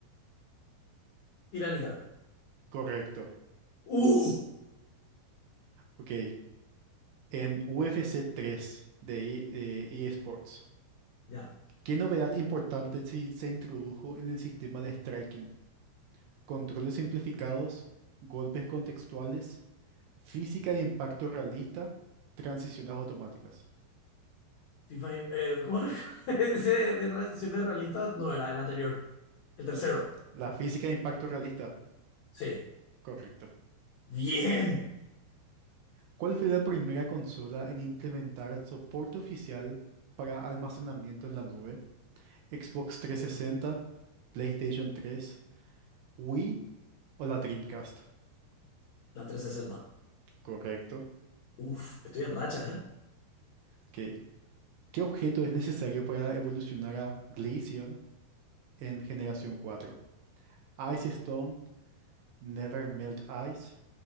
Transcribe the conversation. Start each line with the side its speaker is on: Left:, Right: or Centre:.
Left: Tiranitar.
Right: Correcto.
Left: ¡Uh!
Right: Ok. En UFC 3 de E- eh, eSports,
Left: Ya.
Right: ¿qué novedad importante si- se introdujo en el sistema de striking? Controles simplificados, golpes contextuales, física de impacto realista, transiciones automáticas.
Left: FIFA, eh, ¿cómo era? <laughs> Ese de transiciones realistas no era el anterior. El tercero.
Right: La física de impacto realista.
Left: Sí.
Right: Correcto.
Left: Bien.
Right: ¿Cuál fue la primera consola en implementar soporte oficial para almacenamiento en la nube? ¿Xbox 360, PlayStation 3, Wii o la Dreamcast?
Left: La trescientos sesenta.
Right: Correcto.
Left: Uf, estoy en racha, ¿eh?
Right: Ok. ¿Qué objeto es necesario para evolucionar a Glaceon en generación 4? Ice Stone, Never Melt Ice,